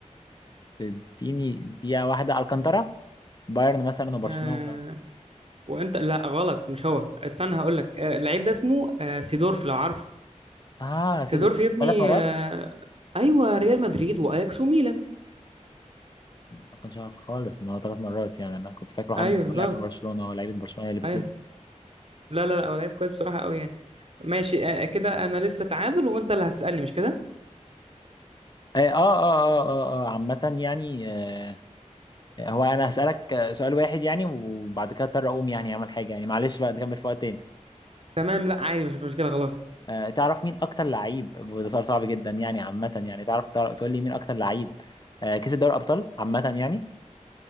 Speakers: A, on the left; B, on the right.
A: اديني دقيقة واحدة الكانتارا بايرن مثلا وبرشلونة
B: آه...
A: و...
B: وانت لا غلط مش هو استنى هقول لك آه اللعيب ده اسمه آه سيدورف لو عارف
A: اه صدق
B: سيدورف يا ابني
A: ثلاث مرات
B: آه... ايوه ريال مدريد واياكس وميلان
A: ما كنتش عارف خالص ان هو ثلاث مرات يعني انا كنت فاكره حد
B: ايوه
A: <laughs> يكون
B: بالظبط
A: لعب في برشلونة ولاعيبه برشلونة هي اللي
B: ايوه
A: بتلف
B: لا لا لا هو لعيب كويس بصراحة قوي يعني ماشي آه كده انا لسه تعادل وانت اللي هتسألني مش كده
A: أي- اه اه اه اه, آه عامة يعني آه، هو انا هسألك سؤال واحد يعني وبعد كده اضطر اقوم يعني اعمل حاجة يعني معلش بقى نكمل في وقت تاني
B: تمام لا عادي مش مشكلة خلاص
A: أه تعرف مين اكتر لعيب وده سؤال صعب جدا يعني عامة يعني تعرف تعرف- تقول لي مين اكتر لعيب أه كسب دوري ابطال عامة يعني